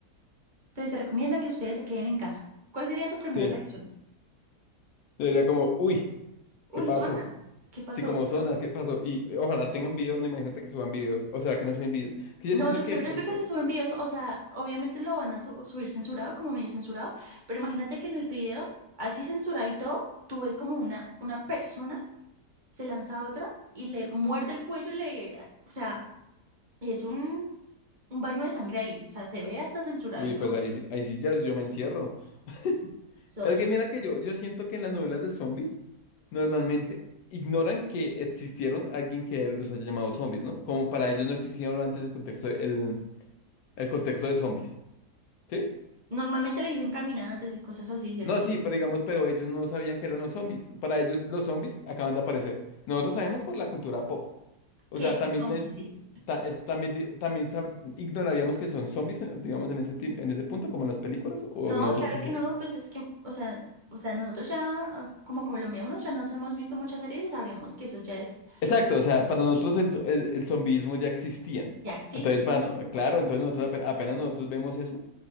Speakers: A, on the right; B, on the left.
A: Entonces se recomienda que ustedes se queden en casa. ¿Cuál sería tu primera
B: Sí,
A: reacción?
B: sería como, uy,
A: Uy,
B: ¿qué pasó?
A: zonas. ¿Qué pasó?
B: Sí, como zonas, ¿qué pasó? Y eh, ojalá tengan videos, no imagínate que suban videos, o será que no suben videos, que
A: No,
B: yo siento
A: yo
B: que
A: creo,
B: de pronto,
A: yo creo que si suben videos, o sea, obviamente lo van a su- subir censurado, como medio censurado, pero imagínate que en el video, así censurado y todo, tú ves como una, una persona se lanza a otra y le muerde el cuello y le, o sea, Y es un, un baño de sangre ahí. O sea, se ve hasta censurado
B: uy,
A: y todo.
B: pues ahí, sí- ahí sí ya yo me encierro. <laughs>
A: So,
B: Es
A: es-
B: que mira que yo, yo siento que en las novelas de zombies normalmente ignoran que existieron alguien que los haya llamado zombies, ¿no? Como para ellos no existía antes el contexto, el, el contexto de zombies, ¿sí?
A: normalmente le dicen caminantes y cosas así, ¿cierto?
B: No, sí, pero digamos, pero ellos no sabían que eran los zombies. Para ellos los zombies acaban de aparecer. Nosotros sabemos por la cultura pop. O
A: Que
B: sea,
A: son
B: también,
A: zombies,
B: eh,
A: sí.
B: ta- es- también, di- también sab- ignoraríamos que son zombies, eh, digamos, en ese, tim- en ese punto, como en las películas, o
A: No,
B: nosotros
A: claro
B: sí.
A: que no, pues es que, o sea, o sea, nosotros ya, ah, como colombianos, ya nos hemos visto muchas series y sabríamos que eso ya es,
B: Exacto, o sea, para
A: sí,
B: nosotros el, zo- el, el zombismo ya existía.
A: ya existe,
B: Entonces, bueno,
A: sí.
B: claro, entonces nosotros apen- apenas, nosotros vemos eso,